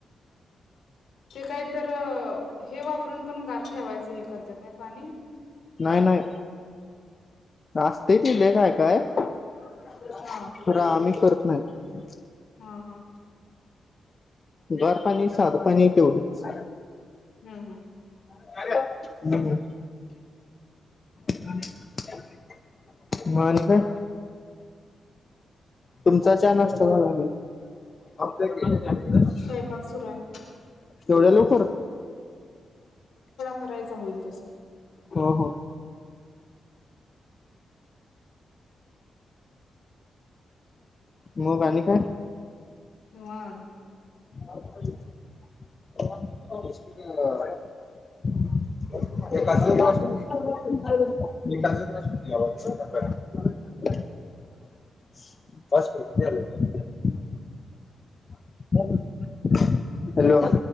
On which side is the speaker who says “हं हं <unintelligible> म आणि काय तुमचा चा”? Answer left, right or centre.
Left